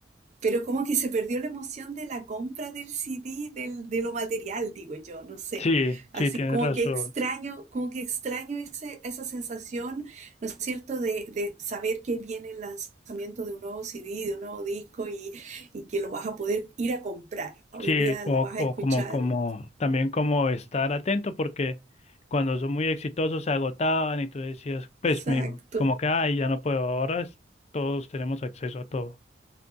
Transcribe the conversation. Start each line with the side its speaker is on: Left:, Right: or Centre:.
Right: pero como que se perdió la emoción de la compra del CD, del, de lo material, digo yo, no sé.
Left: sí,
Right: Así
Left: sí, tienes
Right: como
Left: razón.
Right: que extraño, como que extraño ese- esa sensación, ¿no es cierto?, de, de saber que viene el lanzamiento de un nuevo CD, de un nuevo disco y, y que lo vas a poder ir a comprar. Hoy
Left: Sí,
Right: día
Left: o,
Right: lo vas a
Left: o
Right: escuchar.
Left: como, como, también como estar atento porque cuando son muy exitosos se agotaban y tú decías, pues,
Right: Exacto.
Left: mi, como que, ay, ya no puedo, ahora es- todos tenemos acceso a todo.